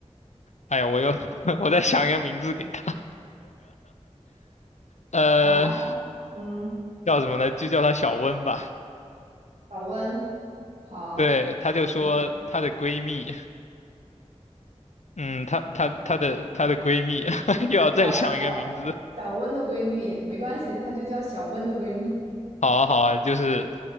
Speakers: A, on the left; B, on the right.
A: 哎呀，我又 <laughs> 我在想一个名字给她，呃，
B: 好啊嗯，
A: 叫什么呢？就叫她小温吧。
B: 小温，好，
A: 对，她就说她的闺蜜，
B: 嗯，
A: 嗯，她她她的她的闺蜜 <laughs> 又要再想一个名字。
B: 小小小温的闺蜜，没关系，她就叫小温的闺蜜。
A: 好啊好啊，就是